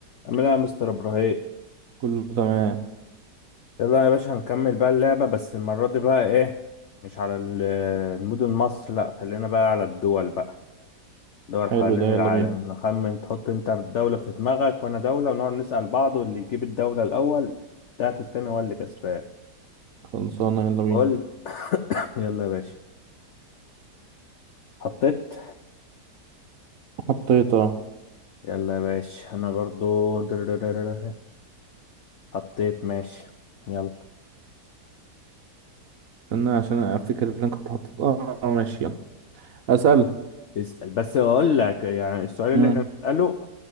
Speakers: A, on the left (about 70°); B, on the right (about 60°).
A: عامل ايه يا مستر ابراهيم
B: كله تمام
A: يلا يا باشا هنكمل بقى اللعبة بس المرة دي بقى ايه مش على ال- المدن مصر لا خلينا بقى على الدول بقى دول
B: حلو
A: حوالين
B: ده يلا
A: العالم
B: بينا
A: نخمن تحط انت دولة في دماغك وانا دولة ونقعد نسأل بعض واللي يجيب الدولة الأول بتاعت التاني هو اللي كسبان
B: خلصانة يلا بينا
A: قول <coughs> يلا يا باشا حطيت
B: حطيت اه
A: يلا يا باشا انا برضو دررررر. حطيت ماشي يلا
B: استنى عشان افتكر اللي انا كنت حاطط اه آه، ماشي يلا اسأل
A: يسأل بس اقول لك يعني السؤال اللي
B: مم.
A: احنا بنسأله